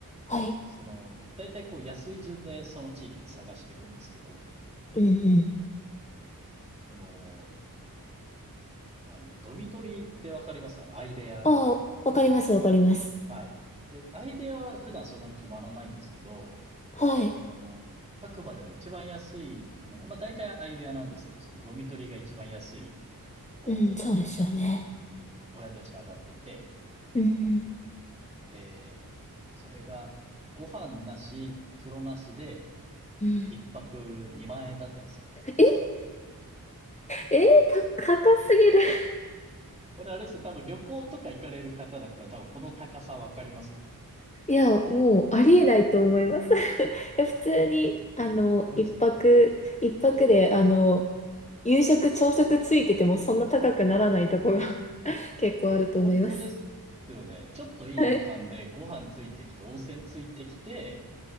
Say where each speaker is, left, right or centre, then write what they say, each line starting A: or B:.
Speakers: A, on the left; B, on the right.
A: はい。
B: その、だいたいこう安い順でその地域で探していくんですけど、
A: うんうん。
B: その、あの、ドミトリーってわかりますあの、相部屋
A: ああ、わかります、わかります。
B: はい。で、相部屋は普段そんなに泊まらないんですけど、
A: はい。
B: その、白馬では一番安いのが、まあ大体相部屋なんですけど、そのドミトリーが一番安い、こう、
A: うん、そうですよね。
B: お部屋として上がっていて、
A: うん
B: えそれがご飯なし、風呂なしで
A: うん。うん。
B: 一泊2万円だったんですよ。
A: え、えー、た、高すぎる。<laughs>
B: これあれですよ、多分旅行とか行かれる方だったら多分この高さわかりますよね。
A: いや、もうありえないと思います。<laughs> いや普通に、あの、
B: すっごいですよね。
A: 一泊、一泊で、あの、夕食、朝食ついててもそんな高くならないとこが <laughs> 結構あると思います。
B: 本当ですよね。ちょっといい旅館でご飯ついてきて、
A: はい。
B: 温泉ついてきて、